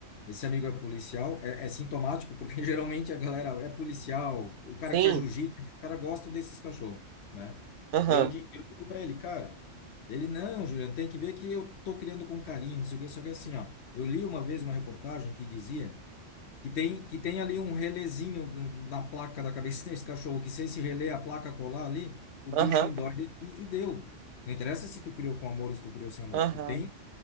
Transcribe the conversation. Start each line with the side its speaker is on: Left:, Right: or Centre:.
Left: Esse amigo é policial, é, é sintomático, porque <laughs> geralmente a galera é policial, o cara
Right: Sim,
Left: que faz jiu-jitsu, os caras gostam desses cachorros, né?
Right: aham,
Left: E eu, di- eu digo pra ele, cara, ele, não, Juliano, tem que ver que eu tô criando com carinho, não sei o quê, só que assim, ó, eu li uma vez uma reportagem que dizia que tem, que tem ali um relézinho na placa da cabeça desse cachorro, que se esse relé, a placa colar ali, o
Right: aham,
Left: bicho endoide e, e deu. Não interessa se tu criou com amor ou se tu criou sem amor.
Right: aham,
Left: Tu tem,